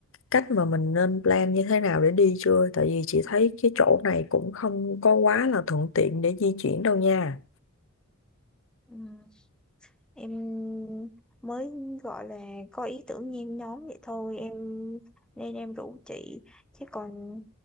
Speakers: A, on the left; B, in the centre.
A: cách mà mình nên plan như thế nào để đi chưa tại vì chị thấy cái chỗ này cũng không có quá là thuận tiện để di chuyển đâu nha
B: Ừm, em mới gọi là có ý tưởng nhen nhóm vậy thôi em nên em rủ chị chứ còn